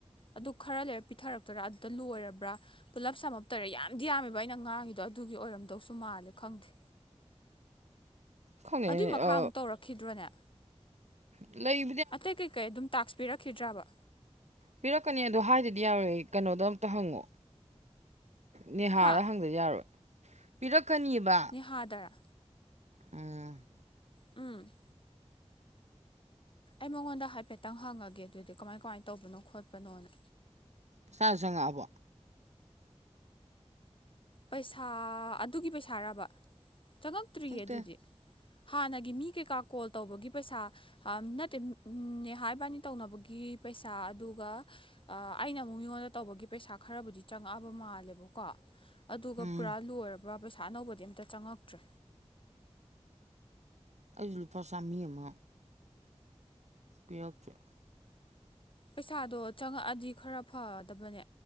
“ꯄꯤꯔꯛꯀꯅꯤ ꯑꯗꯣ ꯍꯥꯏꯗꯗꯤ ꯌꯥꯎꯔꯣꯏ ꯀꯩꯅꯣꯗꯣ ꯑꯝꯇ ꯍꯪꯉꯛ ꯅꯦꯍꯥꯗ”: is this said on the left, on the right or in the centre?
Right